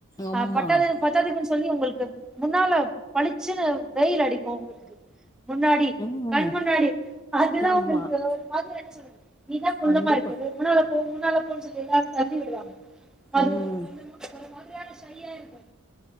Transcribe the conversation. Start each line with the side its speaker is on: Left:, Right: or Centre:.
Left: ஆமாம்
Centre: ஆ பட்டாது பத்தாதுக்குன் சொல்லி உங்கள்கு முன்னால பளுச்சுன்னு வெயில் அடி க்கு உங்கள்கு முன்னாடி
Left: ம்
Centre: கண் முன்னாடி அதுல்லா
Left: ஆமாம்
Centre: உங்கள்கு ஒரு மாதிரி என்ன சொல்றது நீ தா குள்ளமா
Left: கண்டிப்பாக
Centre: இருக்கல்ல முன்னால போ முன்னால போன் சொல்லி எல்லாரு தள்ளி விடுவாங்க அது
Left: ம்
Centre: ஒரு கொஞ்சமா ஒரு மாதிரியான ஷையா‌ இருக்கு